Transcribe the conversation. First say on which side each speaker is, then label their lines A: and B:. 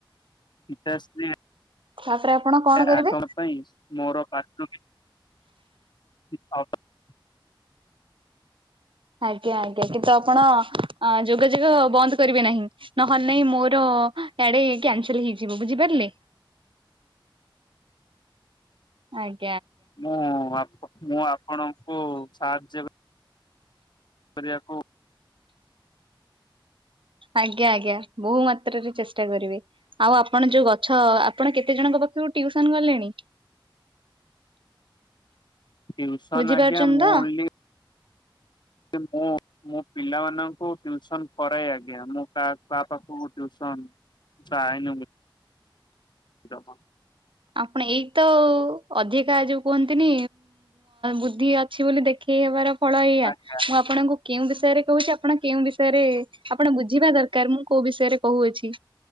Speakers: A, on the left; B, on the right.
A: ପିତାଶ୍ରୀ
B: ତାପରେ ଆପଣ କଣ କରିବେ
A: ଆଗମନ ପାଇଁ ମୋର <unintelligible> କି <unintelligible>
B: ଆଜ୍ଞା ଆଜ୍ଞା କିନ୍ତୁ ଆପଣ ଯୋଗାଯୋଗ ବନ୍ଦ କରିବେ ନାହିଁ ନହେଲେ ନାହିଁ ମୋର ହ ଆଡେ କ୍ୟାନସଲ ହେଇଯିବ ବୁଝିପାରିଲେ? ଆଜ୍ଞ
A: ମୁଁ ଆପ ମୁଁ ଆପଣଙ୍କୁ ସାହାଯ୍ୟ କରିବାକୁ
B: ଆଜ୍ଞା ଆଜ୍ଞା ବହୁ ମାତ୍ରାରେ ଚେଷ୍ଟା କରିବେ ଆଉ ଆପଣ ଯୋଉ ଗଛ ଆ ଆପଣ କେତେ ଜଣଙ୍କ ପାଖରୁ ଟ୍ୟୁସନ ଗଲେଣି?
A: ଟିଉସନ୍
B: ବୁଝିପାରୁଛନ୍ତି
A: ଆଜ୍ଞା ମୁଁ
B: ତ
A: ଓନ୍‌ଲି ମୁଁ ମୁଁ ପିଲାମାନଙ୍କୁ ଟିଉସନ ପଢ଼ାଏ ଆଜ୍ଞା ମୁଁ କାହା ପାଖକୁ ଟିଉସନ୍ ହଁ ଯାଏନି <unintelligible>
B: ଆପଣ ଏଇ ତ ଆଉ ଯୋଉ କୁହନ୍ତିନି ବୁଦ୍ଧି ଅଛି ବୋଲି ଦେଖେଇ ହବାର ଫଳ ଏଇଆ
A: ଆଜ୍ଞା
B: ମୁଁ ଆପଣଙ୍କୁ କେଉଁ ବିଷ ବିଷୟରେ କହୁଛି ଆପଣ କେଉଁ ବିଷୟରେ ଆପଣ ବୁଝିବା ଦରକାର ମୁଁ କୋଉ ବିଷୟରେ କହୁଅଛି?